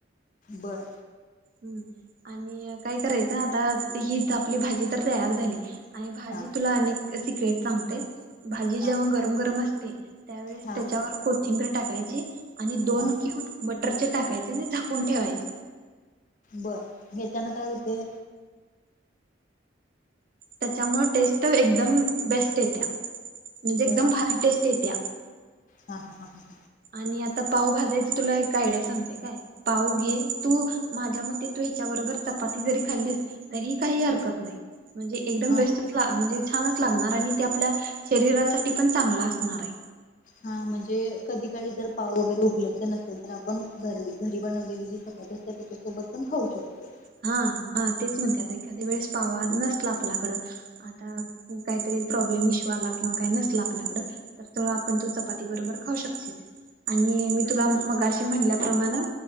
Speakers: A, on the left; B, on the right.
A: बर
B: हम् आणि काय करायचं. आता ही आपली भाजी तर तयार झाली. आणि भाजी
A: हा
B: तुला अनेक सिक्रेट सांगते. भाजी
A: हा
B: जेव्हा गरम-गरम असते. त्यावेळेस
A: हा
B: त्याच्यावर कोथिंबीर टाकायची आणि दोन
A: हा
B: क्यूब बटर र टाकायचे झाकून ठेवायच.
A: बर त्याच्यान काय होतय.
B: त्याच्यामुळे टेस्ट. एकदम बेस्ट येत्या. म्हणजे एकदम
A: बर
B: भारी टेस्ट. येत्या.
A: हा. हा. हा. हा.
B: आणि आता पाव भाजायचे तुला एक. आयडिया सांगते काय. पाव घे. तू माझ्या मते तू ह्याच्याबरोबर चपाती जरी खाल्लीस. तरी काही हरकत नाही. म्हणजे एकदम
A: हा
B: बेस्टच म्हणजे छानच लागणार. आणि ते आपल्या शरीरासाठी पण चांगला असणार आहे.
A: हा म्हणजे कधी काळी जर पाव वगैरे उपलब्ध नसेल तर आपण घरी-घरी बनवलेली जी चपाती तस त्याच्यासोबत पण खाऊ शकतोय.
B: हा. हा. तेच म्हणते. आता एखाद्या वेळेस पावा नसला आपल्याकड आता काहीतरी. प्रॉब्लेम इशो आला. किंवा काय नसलं आपल्याकड. तर आपण चपाती बरोबर खाऊ शकतेस. आणि मी तुला मगशी म्हणल्याप्रमाण.